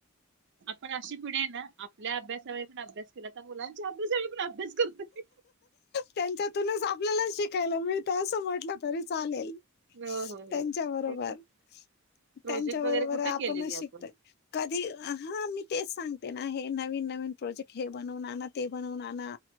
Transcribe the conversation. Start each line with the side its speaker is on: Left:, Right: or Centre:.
Right: पण अशी पिणे ना आपल्या अभ्यासा व पण अभ्यास केला तर मुलांच्या. पण अभ्यास करत.
Left: त्यांच्यातूनच आपल्याला शिकयला मिळ. ते असं म्हटलं तरी चालेल
Right: हो हो
Left: त्यांच्या
Right: हो
Left: बरोबर.
Right: ठीक आहे प्रोजेक्ट
Left: त्यांच्या बरोबर
Right: वगैरे कुठे
Left: आपणच
Right: केलेली आपण
Left: शिकतय कधी हा मी तेच सांग तेना हे नवीन नवीन प्रोजेक्ट हे बनवून आण ते बनवून आणा.